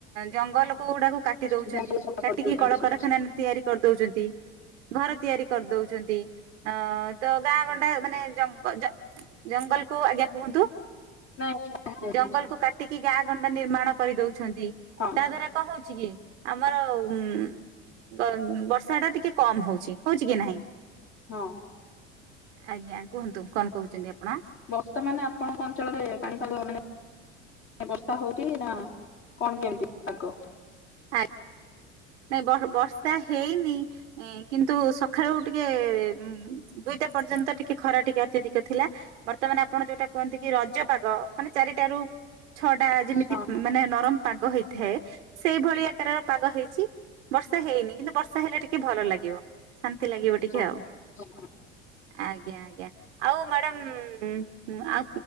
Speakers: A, on the right; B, on the left.
A: ଜଙ୍ଗଲ କୋ ଗୁଡାକୁ କାଟି ଦଉଛନ୍ତି
B: ଜଙ୍ଗଲ ସଫା କରିଦଉଛନ୍ତି
A: କାଟିକି କଳକାରଖାନା ତିଆରି କରିଦଉଛନ୍ତି ଘର ତିଆରି କରିଦଉଚନ୍ତି ଅ ତ ଗାଁ ଗଣ୍ଡା ମାନେ ଜଙ୍ଗ ଜଙ୍ଗଲ କୁ ଆଜ୍ଞା କୁହନ୍ତୁ
B: ନାଇଁ <unintelligible>
A: ଜଙ୍ଗଲ କୁ କାଟିକି ଗାଁ ଗଣ୍ଡା ନିର୍ମାଣ କରିଦଉଛନ୍ତି
B: ହଁ
A: ତା ଦ୍ଵାରା କଣ ହଉଚି ଯ ଅଛି କି ଆମର ଉ ବ ବର୍ଷା ଟା ଟିକେ କମ ହଉଛି ହଉଛି କି ନାହିଁ?
B: ହଁ
A: ଆଜ୍ଞା କୁହନ୍ତୁ କଣ କହୁଚନ୍ତି ଆପଣ?
B: ବର୍ତ୍ତମାନ ଆପଣଙ୍କ ଅଞ୍ଚଳରେ ପାଣିପାଗ ମାନେ ବର୍ଷା ହଉଛି ନା କଣ କେମିତି ପାଗ?
A: ଆ ନାଇଁ ବ ବର୍ଷା ହେଇନି କିନ୍ତୁ ସକାଳୁ ଟିକେ ଉ ଦୁଇ ଟା ପର୍ଯ୍ୟନ୍ତ ଟିକେ ଖରା ଟିକେ ଅତ୍ୟଧିକ ଥିଲା। ବର୍ତ୍ତମାନ ଆପଣ ଯୋଉଟା କୁହନ୍ତି କି ରଜପାଗ ମାନେ ଚାରିଟାରୁ ଛଅଟା ଯେମିତି
B: ହଁ
A: ମାନେ ନରମ ପାଗ ହେଇଥାଏ ସେଇଭଳି ତାର ପାଗ ହେଇଛି। ବର୍ଷା ହେଇନି କିନ୍ତୁ ବର୍ଷା ହେଲେ ଟିକେ ଭଲ ଲାଗିବ ଶାନ୍ତି ଲାଗିବ ଟିକେ
B: ହଁ
A: ଆଉ।
B: ହଁ
A: ଆଜ୍ଞା ଆଜ୍ଞା। ଆଉ ମ୍ୟାଡାମ ଆ